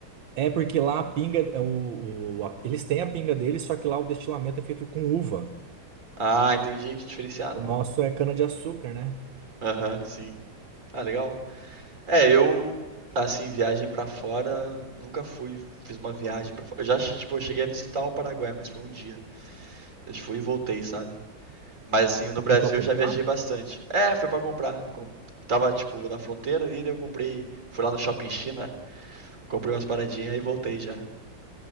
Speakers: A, on the right; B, on the right.
A: É porque lá a pinga, é o, o- a- eles têm a pinga deles, só que lá o destilamento é feito com uva.
B: Ah, entendi, que diferenciado,
A: O nosso
B: pô.
A: é cana-de-açúcar, né?
B: Aham, sim. Ah, legal. É, eu, assim, viagem pra fora, nunca fui, fiz uma viagem pra fora. Eu já, che- tipo, eu cheguei a visitar o Paraguai, mas foi um dia. Eu fui e voltei, sabe? Mas, assim, no Brasil
A: Foi Pra
B: eu
A: comprar?
B: já viajei bastante. É, foi pra comprar. Com- Tava, tipo, na fronteira ali, daí eu comprei. Fui lá no Shopping China, comprei umas paradinhas e voltei já.